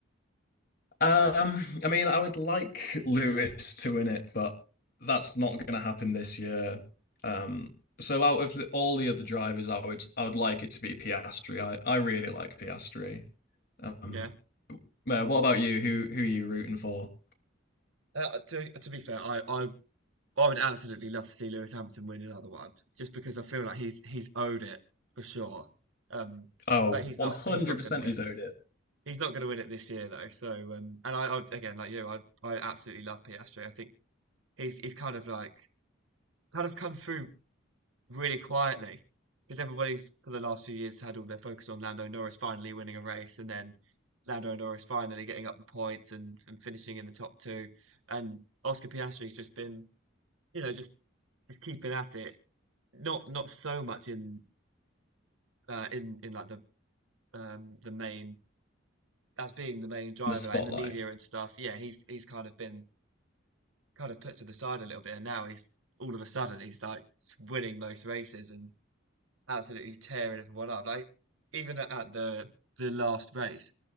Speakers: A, on the left (about 50°); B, on the right (about 80°).
A: Um, I mean, I would like Lewis to win it, but that's not going to happen this year. Um, so out of the, all the other drivers, I would I would like it to be Piastri. I I really like Piastri. Um,
B: Yeah.
A: uh, what about you? Who who are you rooting for?
B: Uh, to to be fair, I, I I would absolutely love to see Lewis Hamilton win another one just because I feel like he's he's owed it for sure. Um,
A: Oh,
B: but he's
A: 100%
B: not he's not going to win.
A: he's owed it
B: He's not going to win it this year though. So um, and I, I again like you, I I absolutely love Piastri. I think he's he's kind of like kind of come through really quietly because everybody's for the last few years had all their focus on Lando Norris finally winning a race and then Lando Norris finally getting up the points and, and finishing in the top two. And Oscar Piastri's just been, you know, just, keeping at it. Not not so much in uh, in in like the um the main as being the main driver,
A: in the spotlight.
B: like in the media and stuff. Yeah, he's he's kind of been kind of put to the side a little bit, and now he's all of a sudden he's like winning most races and absolutely tearing everyone up. Like even at at the the last race,